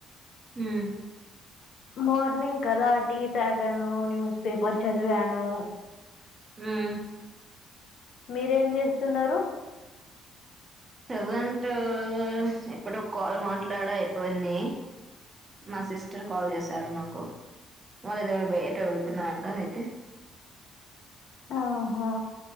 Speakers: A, on the right; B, on the left.
A: హమ్
B: మార్నింగ్ కదా టీ తాగాను న్యూస్ పేపర్ చదివాను
A: హమ్
B: మీరేం చేస్తున్నారు
A: ప్రెజెంట్ ఉ ఇప్పుడు కాల్ మా లాడా అయిపోయింది మా సిస్టర్ కాల్ చేశారు నాకు వాళ్ళు ఏబొ ఎటో వెళ్తున్నారంట అయితే
B: ఆహా